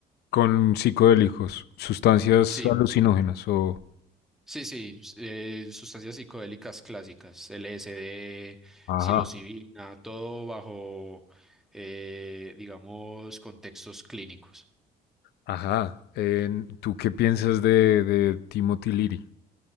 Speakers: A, on the left; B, in the centre.
A: Con psicodélicos, sustancias
B: Sí.
A: alucinógenas o...
B: Sí, sí, s- eh, sustancias psicodélicas clásicas, LSD,
A: Ajá.
B: psilocibina, todo bajo, eh, digamos, contextos clínicos.
A: Ajá. En- ¿tú qué piensas de, de Timothy Leary?